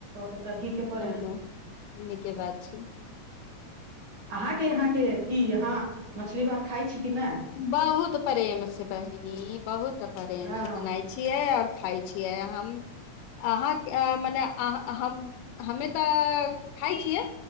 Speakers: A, on the right; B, on the left.
A: तऽ करही के पड़े
B: नहि नीके बात छै
A: अहाँके यहाँके की हाँ मछली भात खाइ छी कि नहि
B: बहुत प्रेम से बहिनी बहुत प्रेम
A: हँ
B: से बनाइ छियै आओर खाय छियै हम अहाँ मने अहाँ हम हमे तऽ खाइ छियै